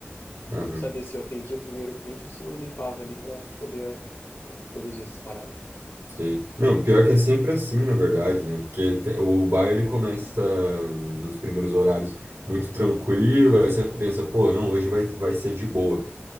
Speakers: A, on the right (about 75°); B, on the left (about 75°).
A: Aham.
B: Eu não sabia se eu atendia primeiro o cliente ou se eu limpava ali para poder eh, produzir essas paradas.
A: Sei. Não, pior que é sempre assim, na verdade, né? Porque te- o bar ele começa nos primeiros horários muito tranquilo, aí você pensa, pô, não, hoje vai, vai ser de boa.